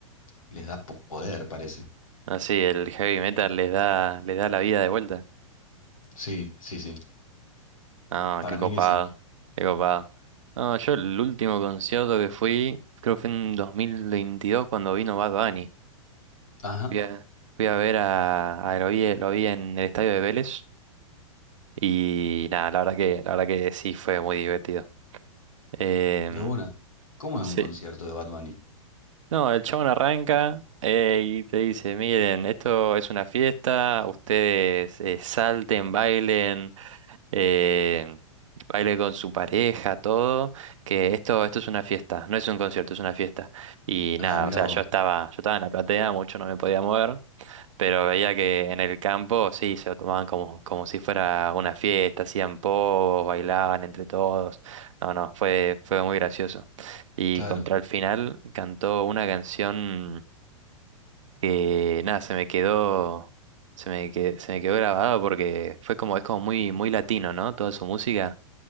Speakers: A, on the left; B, on the right.
A: les da po- poder, parece.
B: Así, el heavy metal les da, les da la vida de vuelta.
A: Sí, sí, sí.
B: No,
A: Para
B: qué copado,
A: mí que sí.
B: qué copado. No, yo el último concierto que fui, creo que fue en 2022 cuando vino Bad Bunny.
A: Ajá,
B: Fui a, fui a ver a, a lo vi, lo vi en el estadio de Vélez y nada, la verdad que, la verdad que sí fue muy divertido. Em,
A: de una. ¿Cómo es
B: sí.
A: un concierto de Bad Bunny?
B: No, el chabón arranca eh, y te dice, miren, esto es una fiesta, ustedes eh, salten, bailen, eh, baile con su pareja, todo, que esto, esto es una fiesta, no es un concierto, es una fiesta. Y
A: Ah,
B: nada,
A: mirá
B: o sea,
A: vos.
B: yo estaba, yo estaba en la platea, mucho no me podía mover, pero veía que en el campo sí, se lo tomaban como, como si fuera una fiesta, hacían pogos, bailaban entre todos. No, no, fue, fue muy gracioso. Y
A: Claro.
B: contra el final cantó una canción que nada, se me quedó, se me que- se me quedó grabado porque fue como, es como muy, muy latino, ¿no? Toda su música.